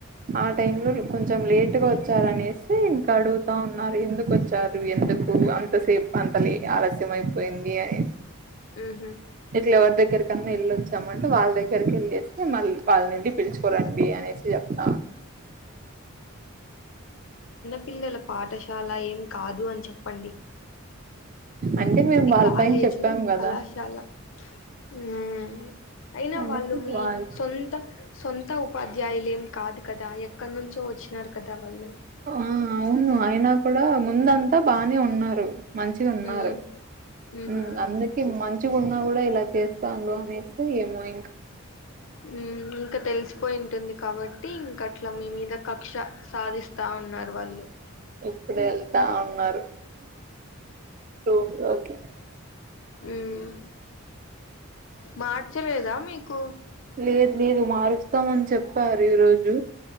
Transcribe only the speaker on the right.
ఆ టైమ్ లో కొంచెం లేటుగా వచ్చారనేసి అడుగుతా ఉన్నారు ఎందుకొచ్చారు ఎందుకు అంత సేపు వంటలి ఆలస్యమపోయింది అని
ఇట్లా ఎవరి దగ్గరకన్నా వెళ్ళొచ్చామంటే వాళ్ళ దగ్గరికి వెళ్ళేస్తే మళ్ళీ వాళ్ళనిండి పిలుచుకోరండి అనేసి చెప్తాము
అంటే మేము
వాళ్ళ
పైన చెప్పాం కదా
అందుకు
వాళ్ళ
ఆ అవును అయినా కూడా డా ముందంతా బానే ఉన్నారు మంచిగా ఉన్నారు
హ్మ్
అందుకి మం ంచిగున్నా కూడా ఇలా చేస్ స్తాన్లు అనేసి ఏమో ఇంకా
ఇప్పుడు వెళ్తా ఉన్నారు రూంలోకి
లేదు లేదు మారుస్తామని చెప్పారు ఈ రోజు